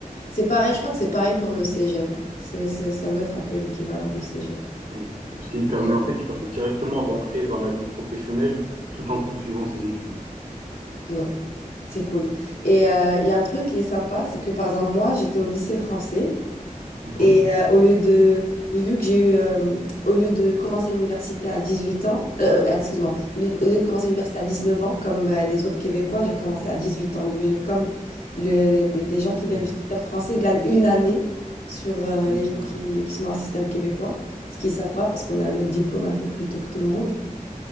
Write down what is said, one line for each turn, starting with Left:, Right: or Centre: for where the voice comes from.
Left: C'est pareil, je crois que c'est pareil pour le cégep. C'est, c'est- ça doit être un peu l'équivalent du cégep.
Right: Et- Parce qu'il permet,
Left: Et-
Right: en fait, il permet directement d'entrer dans la vie professionnelle tout en poursuivant ses études.
Left: Mm. C'est cool. Et euh, il y a un truc qui est sympa, c'est que par exemple, moi, j'étais au lycée français.
Right: Mhm.
Left: Et euh, au lieu de, vu que j'ai eu, euh, au lieu de commencer l'université à 18 ans, euh, euh, excuse-moi, au lieu, au lieu de commencer l'université à 19 ans, comme euh, les autres Québécois, j'ai commencé à 18 ans. Donc, j'ai comme le, le- les gens qui viennent
Right: Et-
Left: du système français gagnent une année sur euh,
Right: Mhm.
Left: les gens qui, qui sont dans le système québécois, ce qui est sympa parce qu'on a notre diplôme un peu plus tôt que tout le monde.